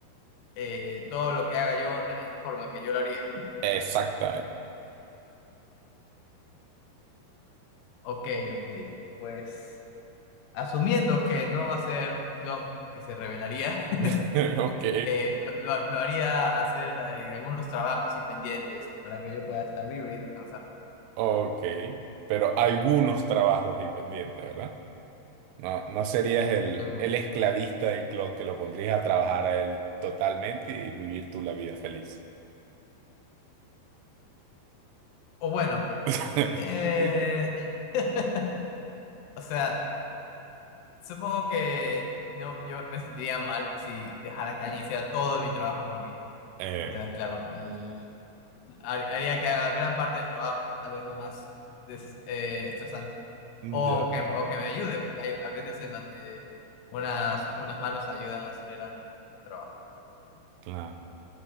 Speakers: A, on the left; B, on the right.
A: eh, todo lo que haga yo de la misma forma que yo lo haría.
B: exactamente.
A: Ok, ok. Pues asumiendo que no va a ser un clon que se revelaría,
B: <laughs> Ok,
A: <laughs> eh, lo, lo- lo haría hacer eh, algunos trabajos y pendientes para que yo pueda estar libre y descansar.
B: ok. Pero algunos trabajos dependientes, ¿verdad? No, no serías el,
A: Ujú.
B: el esclavista del clon que lo pondrías a trabajar a él totalmente y vivir tú la vida feliz.
A: O bueno,
B: <laughs>
A: eh, <laughs> o sea. Supongo que no, yo me sentiría mal si dejara que alguien hiciera todo mi trabajo por mí.
B: Eh,
A: Entonces, claro, l- har- haría que haga gran parte del trabajo, tal vez lo más des- eh, estresante. O
B: ya,
A: que, o que me ayude, porque hay a veces en donde unas, unas manos ayudan a acelerar el trabajo.
B: claro.